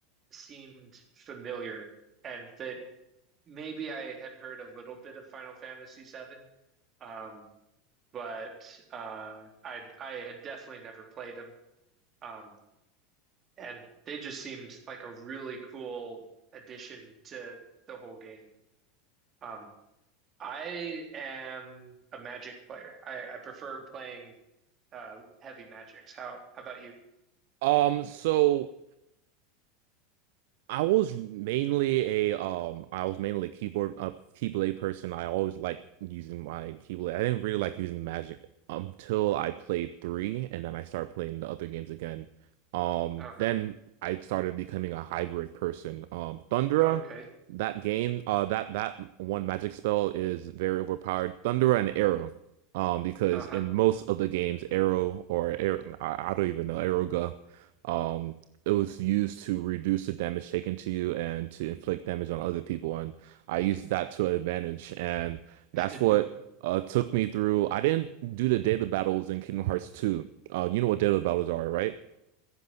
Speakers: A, on the right (about 30°); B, on the right (about 60°).
A: seemed familiar and that maybe I had heard a little bit of Final Fantasy Seven. Um but uh, I I had definitely never played them, um, and they just seemed like a really cool addition to the whole game. Um, I am a Magic player. I, I prefer playing uh, heavy magics. How how about you?
B: Um, so I was mainly a um I was mainly a keyboard uh, keyblade person. I always liked using my keyblade. I didn't really like using magic until I played three and then I started playing the other games again. Um
A: Uh-huh.
B: then I started becoming a hybrid person. Um Thundera,
A: Oh, okay.
B: that game, uh that that one magic spell is very overpowered. Thundera and Arrow. Um because
A: Uh-huh.
B: in most of the games, Arrow or Arrow I, I don't even know, Aeroga. Um, it was used to reduce the damage taken to you and to inflict damage on other people. And I used that to advantage. And that's
A: <laughs>
B: what uh, took me through. I didn't do the data battles in Kingdom Hearts 2. Uh, you know what data battles are, right?